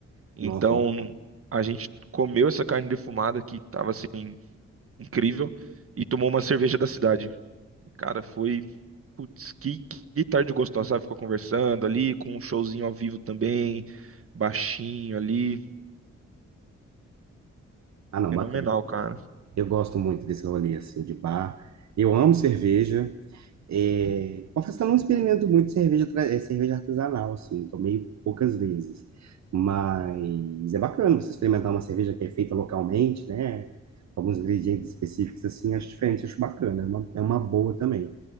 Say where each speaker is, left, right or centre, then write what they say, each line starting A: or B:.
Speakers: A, on the right (about 50°); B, on the right (about 70°).
A: Então,
B: Nossa, ba-
A: a gente comeu essa carne defumada que tava assim, incrível e tomou uma cerveja da cidade. Cara, foi. Putz, que, que tarde gostosa, sabe? Ficou conversando ali, com um showzinho ao vivo também, baixinho ali.
B: ah não,
A: Fenomenal,
B: bacana.
A: cara.
B: Eu gosto muito desse rolê, assim, de bar. Eu amo cerveja. É, confesso que eu não experimento muito cerveja, tra- é, cerveja artesanal, assim, tomei poucas vezes. Mas é bacana você experimentar uma cerveja que é feita localmente, né? Alguns ingredientes específicos, assim, acho diferente, acho bacana. É uma, é uma boa também.